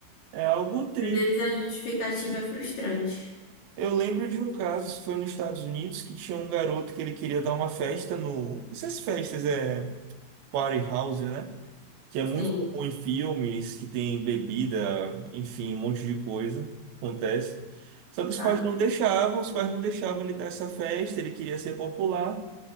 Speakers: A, on the right (about 85°); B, on the left (about 70°).
A: É algo triste.
B: Às vezes a justificativa é frustrante.
A: Eu lembro de um caso, isso foi nos Estados Unidos, que tinha um garoto que ele queria dar uma festa no. Essas festas é party house, né? Que é
B: Sim,
A: muito comum em filmes, que tem bebida, enfim, um monte de coisa. Acontece. Só que os
B: tá.
A: pais não deixavam, os pais não deixavam ele dar essa festa, ele queria ser popular.